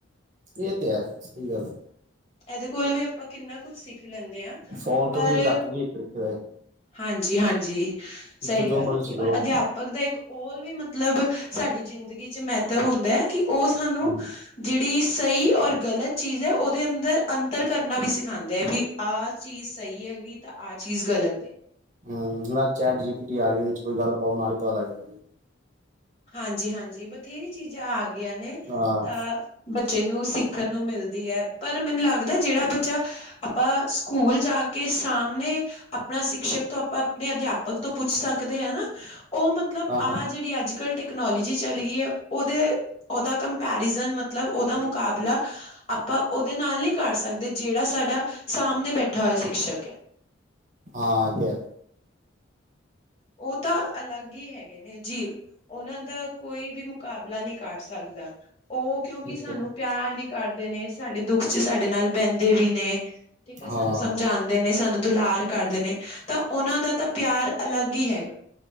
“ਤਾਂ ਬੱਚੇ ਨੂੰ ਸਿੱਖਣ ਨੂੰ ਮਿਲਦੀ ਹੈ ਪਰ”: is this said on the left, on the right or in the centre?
Left